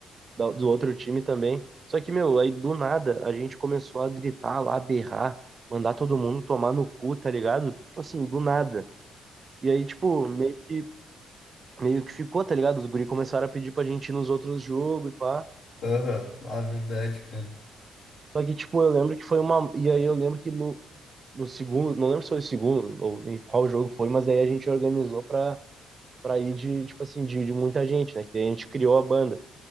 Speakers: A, on the right; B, on the left.
A: da- do outro time também. Só que, meu, aí do nada a gente começou a gritar lá, berrar, mandar todo mundo tomar no cu, tá ligado? Tipo assim, do nada. E aí, tipo, meio que, meio que ficou, tá ligado? Os guri começaram a pedir pra gente ir nos outros jogos e pá.
B: Aham, ah, é verdade, cara.
A: Só que, tipo, eu lembro que foi uma. E aí eu lembro que no, no segundo, não lembro se foi o segundo ou em qual jogo foi, mas aí a gente organizou pra, pra ir de, tipo assim, de, de muita gente, né? Que daí a gente criou a banda.